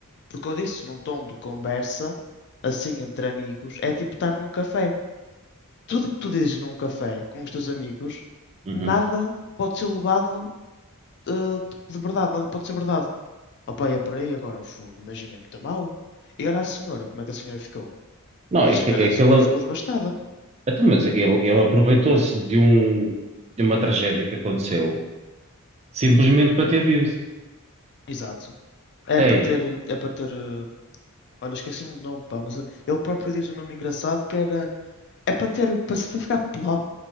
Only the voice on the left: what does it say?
Porque eu disse num tom de conversa, assim entre amigos, é tipo estar num café. Tudo que tu dizes num café com os teus amigos,
nada pode ser levado eh, tipo, de verdade, nada pode ser verdade. Opa, é por aí agora, fogo, imagina, é muito mau. E olha a senhora, como é que a senhora ficou?
A
senhora,
a
senhora
ficou devastada.
Exato. É
para ter, é para ter, eh, olha, esqueci-me do nome, pá, mas eh, ele próprio diz um nome engraçado que era. É para ter, para se- para ficar pela,